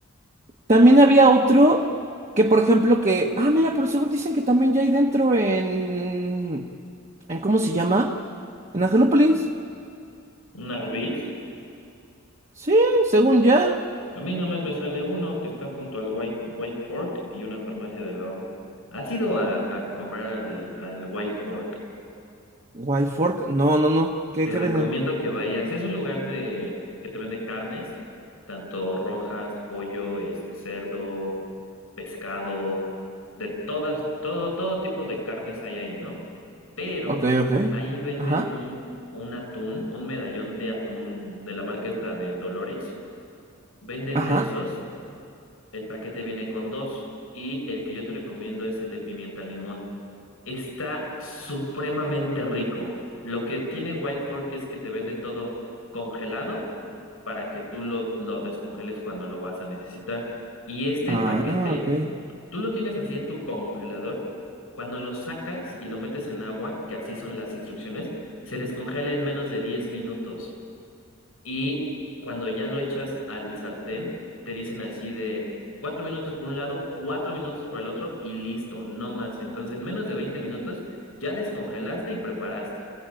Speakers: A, on the right; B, on the left.
A: También había otro que, por ejemplo, que, ah, mira, pero según dicen que también ya hay dentro en, en ¿cómo se llama? En Angelópolis.
B: ¿Un Arby's?
A: Sí, según ya.
B: A mí nada más me sale uno que está junto al White, White Fork y una farmacia del ahorro. ¿Has ido a, a comprar al, al White Fork?
A: Wild Fork, no, no, no, ¿qué,
B: Te
A: qué
B: recomiendo
A: venden?
B: que vayas. Es un lugar de que te vende carnes, tanto rojas, pollo, este cerdo, pescado, de todas, todo, todo tipo de carnes hay ahí, ¿no? Pero
A: Ok, ok.
B: ahí venden
A: Ajá,
B: un, un atún, un medallón de atún de la marca esta de Dolores. Venden
A: ajá.
B: de esos, el paquete viene con dos, y el que yo te recomiendo es el de pimienta limón. Está supremamente rico. Lo que tiene Wild Fork es que te vende todo congelado para que tú lo, lo descongeles cuando lo vas a necesitar. Y este
A: Ah,
B: paquete,
A: ok,
B: tú lo tienes así en tu congelador. Cuando lo sacas y lo metes en agua, que así son las instrucciones, se descongela en menos de 10 minutos. Y cuando ya lo echas al sartén, te dicen así de cuatro minutos por un lado, cuatro minutos por el otro y listo, no más. Entonces, en menos de 20 minutos ya descongelaste y preparaste.